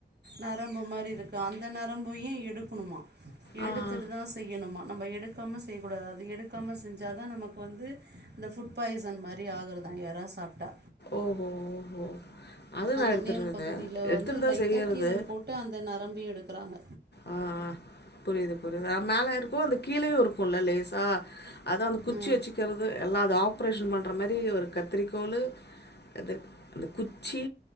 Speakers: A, on the right (about 60°); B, on the left (about 65°).
A: நரம்பு மாரி இருக் கு அந்த நரம்பையு எடுக்கணுமா
B: ஆ
A: எடுத்துட்டு
B: ஆ
A: தா செய்யணுமா நம்ம எடுக்காம செய்ய கூடாது அத எடுக்காம செஞ் சாதா நமக்கு வந்து இந்த ஃபுட் பாய்சன் மாரி ஆகுறதா எறா சாப்ட்டா
B: ஓஹோ ஓஹோ அது நான்
A: அந்த
B: எடுத்துடுறது.
A: மேல் பகுதியில
B: எடுத்துட்டு
A: வந்து
B: தான்
A: லைட்டா
B: செய்யறது.
A: கீரல் போட்டு அந்த நரம்பயு எடுக்குறாங்க
B: ஆ புரியுது புரியுது ஆ மேல இருக்கு அந்த கீழயு இருக்கும்ல லேசா அத அந்த குச்சி
A: ம்
B: வச்சி க்கிறது எல்லா அது ஆப்ரேஷன் பண்ற மாரி ஒரு கத்ரிக்கோளு அது அந்த குச்சி